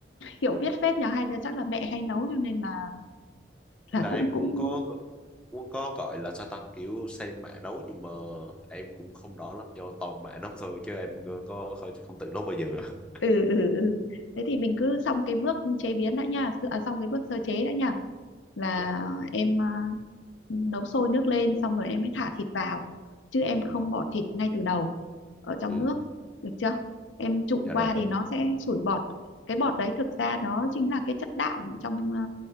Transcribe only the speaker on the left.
hiểu biết phết nhờ hay là chắc là mẹ hay nấu cho nên là là
cũng
cũng
ừ ừ ừ thế thì mình cứ xong cái bước chế biến đã nha sơ- à, xong cái bước sơ chế đã nha là
em à, nấu sôi nước lên xong rồi em mới thả thịt vào chứ em không
bỏ thịt ngay từ đầu ở trong
nước được chưa em trụng
qua
dạ thì nó sẽ sủi bọt cái bọt đấy thực ra nó chính là cái chất đạm trong ờ,